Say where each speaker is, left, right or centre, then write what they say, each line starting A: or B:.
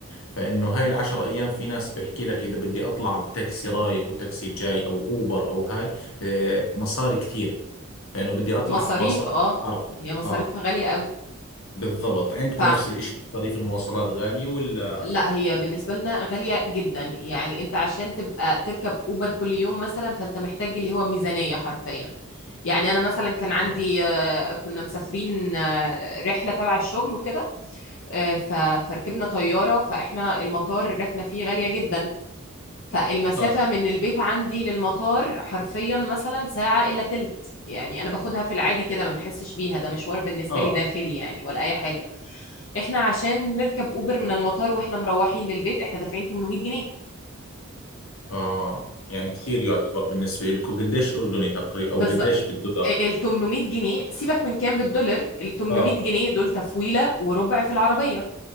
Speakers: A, on the left; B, on the left.
A: فإنه هاي العشر أيام في ناس بيحكي لك إذا بدي أطلع بتاكسي رايح وتاكسي جاي أو أوبر أو هاي آه، مصاري كثير فإنه بدي أطلع
B: مصاريف
A: في باصات
B: اه
A: أرخص
B: هي مصاريفها
A: آه
B: غالية قوي
A: بالضبط عندكم
B: فلا
A: نفس الإشي مصاريف المواصلات غالية ولا
B: هي بالنسبة لنا غالية جدا يعني انت عشان تبقى تركب اوبر كل يوم مثلا فانت محتاج اللي هو ميزانية حرفيا يعني انا مثلا كان عندي
A: آه
B: آه، كنا مسافرين آه، رحلة تبع الشغل وكده آه، ف- فركبنا طيارة فاحنا المطار ركنا فيه غالية جدا فالمسافة
A: آه
B: من البيت عندي للمطار حرفيا مثلا ساعة إلا تلت يعني أنا باخدها في العادي كده ما بحسش بيها ده مشوار بالنسبة
A: آه,
B: لي داخلي يعني ولا أي حاجة إحنا عشان نركب أوبر من المطار وإحنا مروحين للبيت إحنا دافعين 800 جنيه
A: آه. يعني كثير يعتبر بالنسبة لكم قديش أردني تقريبا أو
B: وبالظبط
A: قديش بالدولار
B: ال 800 جنيه سيبك من كام بالدولار ال 800
A: آه
B: جنيه دول تفويلة وربع في العربية